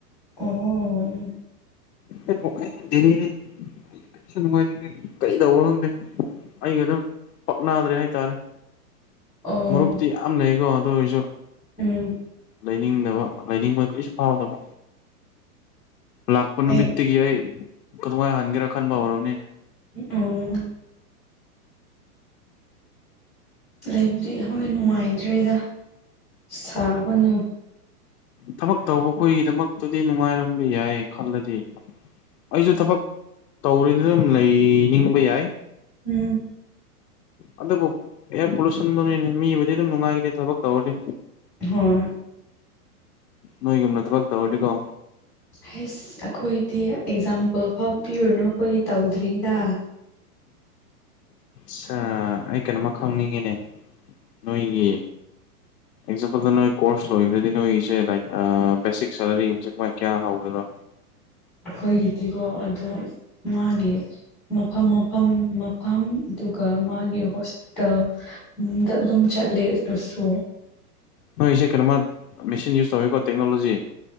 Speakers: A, in the centre; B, on the left.
A: ꯑꯣ꯫
B: <inaudible> ꯑꯩꯒ ꯑꯗꯨꯝ ꯄꯥꯛꯅꯗ꯭ꯔꯦ ꯍꯥꯏꯇꯥꯔꯦ꯫
A: ꯑꯣ
B: ꯃꯔꯨꯞꯇꯤ ꯌꯥꯝ ꯂꯩꯀꯣ ꯑꯗꯨ ꯑꯣꯏꯔꯁꯨ꯫
A: ꯎꯝ꯫
B: ꯂꯩꯅꯤꯡꯗꯕ ꯂꯩꯅꯤꯡꯕ ꯀꯔꯤꯁꯨ ꯐꯥꯎꯗꯕ꯫ ꯂꯥꯛꯄ
A: ꯑꯩ
B: ꯅꯨꯃꯤꯠꯇꯒꯤ ꯑꯩ ꯀꯗꯨꯉꯥꯏꯅ ꯍꯟꯒꯦꯔꯥ ꯈꯟꯕ ꯍꯧꯔꯕꯅꯤꯅꯦ꯫
A: ꯎꯝ ꯑꫭ꯫ ꯂꯩꯕꯗꯤ ꯍꫭꯏ ꯅꯨꯡꯉꯥꯏꯇ꯭ꯔꯦꯗ ꯁꯥꯕꯅ꯫
B: ꯊꯕꯛ ꯇꯧꯕ ꯈꯣꯏꯒꯤꯗꯃꯛꯇꯗꯤ ꯅꯨꯡꯉꯥꯏꯔꯝꯕ ꯌꯥꯏ ꯈꯜꯂꯗꯤ꯫ ꯑꯩꯁꯨ ꯊꯕꯛ ꯇꯧꯔꯤꯗ ꯑꯗꯨꯝ ꯂꯩꯅꯤꯡꯕ ꯌꯥꯏ꯫
A: ꯎꯝ꯫
B: ꯑꯗꯨꯕꯨ ꯑꯦꯌꯥꯔ ꯄꯣꯂꯨꯁꯟꯗꯨꯅꯤꯅꯦ ꯃꯤꯕꯨꯗꯤ ꯑꯗꯨꯝ ꯅꯨꯡꯉꯥꯏꯒꯅꯤ ꯊꯕꯛ ꯇꯧꯔꯗꯤ꯫
A: ꯍꯣꯏ꯫
B: ꯅꯣꯏꯒꯨꯝꯅ ꯊꯕꯛ ꯇꯧꯔꯗꯤꯀꯣ꯫
A: ꯍꯩꯁ ꯑꯩꯈꯣꯏꯗꯤ ꯑꯦꯛꯖꯥꯝꯄꯜ ꯐꯥꯎ ꯄꯤꯔꯨꯅꯨ ꯑꯩꯈꯣꯏꯒꯤ ꯇꯧꯗ꯭ꯔꯤꯗꯥ꯫
B: ꯆꯥ ꯑꯩ ꯀꯩꯅꯣꯝꯃ ꯈꯪꯅꯤꯡꯉꯤꯅꯦ ꯅꯣꯏꯒꯤ
A: <inaudible>
B: ꯑꯦꯛꯖꯥꯝꯄꯜꯗ ꯅꯣꯏ ꯀꯣꯔꯁ ꯂꯣꯏꯈ꯭ꯔꯗꯤ ꯅꯣꯏꯒꯤꯁꯦ ꯂꯥꯏꯛ ꯑꯥ ꯕꯦꯁꯤꯛ ꯁꯂꯔꯤ ꯒꯨꯝꯕꯁꯦ ꯀꯃꯥꯏ ꯀꯌꯥ ꯍꯧꯒꯦꯔꫭ꯫
A: ꯑꯩꯈꯣꯏꯒꯤꯗꯤꯀꯣ ꯑꯗꯣ ꯃꯥꯒꯤ ꯃꯐꯝ ꯃꯐꯝ ꯃꯐꯝ ꯑꯗꯨꯒ ꯃꯥꯒꯤ ꯍꯣꯁꯄꯤꯇꯥꯜ ꯗ ꯑꯗꯨꯝ ꯆꯠꯂꯦ ꯑꯗꯨꯁꯨ
B: ꯃꯣꯏꯁꯦ ꯀꯩꯅꯣꯃ ꯃꯦꯁꯤꯤꯟ ꯌꯨꯁ ꯇꯧꯋꯤꯀꯣ ꯇꯦꯛꯅꯣꯂꯣꯖꯤ